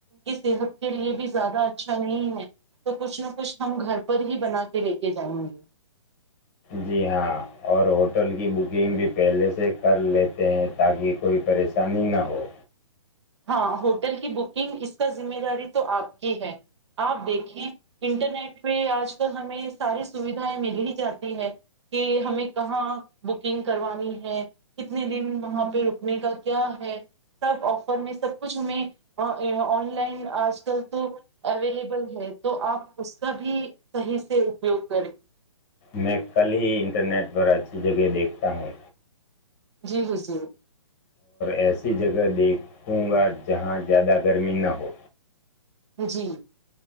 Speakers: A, on the right; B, on the left.
A: کی صحت کے لیے بھی زیادہ اچھا نہیں ہے تو کچھ نہ کچھ ہم گھر پر ہی بنا کے لے کے جائیں گے
B: جی ہاں اور ہوٹل کی بکنگ بھی پہلے سے کر لیتے ہیں تاکہ کوئی پریشانی نہ ہو
A: ہاں ہوٹل کی بکنگ اس کا ذمہ داری تو آپ کی ہے آپ دیکھیں انٹرنیٹ پہ آج کل ہمیں ساری سویدھائیں مل ہی جاتی ہے کہ ہمیں کہاں بکنگ کروانی ہے کتنے دن وہاں پہ رکنے کا کیا ہے سب میں سب کچھ ہمیں آن لائن آج کل تو اویلیبل ہے تو آپ اس کا بھی صحیح سے اپیوگ کریں
B: میں کل ہی انٹرنیٹ پر اچھی جگہ دیکھتا ہوں
A: جی بضور
B: ایسی جگہ دیکھوں گا جہاں زیادہ گرمی نہ ہو
A: جی